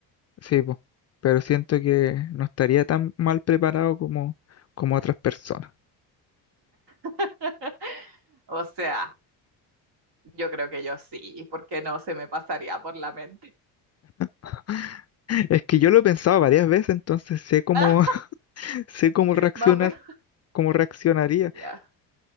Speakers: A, on the left (about 35°); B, on the right (about 55°).
A: sí, po. Pero siento que no estaría tan mal preparado como, como otras personas.
B: <laughs> O sea, yo creo que yo sí, porque no se me pasaría por la mente.
A: <laughs> Es que yo lo he pensado varias veces, entonces sé cómo,
B: Ah,
A: <laughs> sé cómo reaccionar,
B: más o menos,
A: cómo reaccionaría.
B: ya.